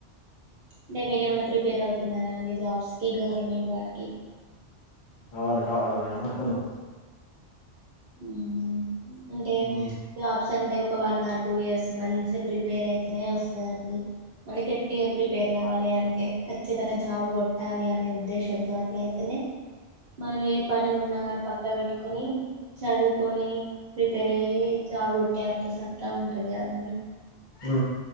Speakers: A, on the right (about 55°); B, on the left (about 45°).
A: అంటే మీర ఏమైనా ప్రిపేర్ అవుతున్నారా అండి జాబ్స్ కి గవర్నమెంట్ వాటికి
B: కావాలి కావాలి మేడం అయితున్న
A: ఉమ్ అంటే
B: ఉమ్
A: జాబ్స్ సండే ఒక వన్ ఆర్ టూ ఇయర్స్ మంచిగా ప్రిపేర్ అయితేనే వస్తదండి మళ్ళీ గట్టిగా ప్రిపేర్ రావాలి అంటే ఖచ్చితంగా జాబ్ కొట్టాలి అనే ఉద్దేశంతో అట్లా అయితేనే మనం ఏ పని ఉన్నా కాని పక్క వెట్టుకొని చదువుకొని ప్రిపేర్ అయ్యి జాబ్ కొట్టేంత సత్తా ఉంటది కదండీ
B: ఊ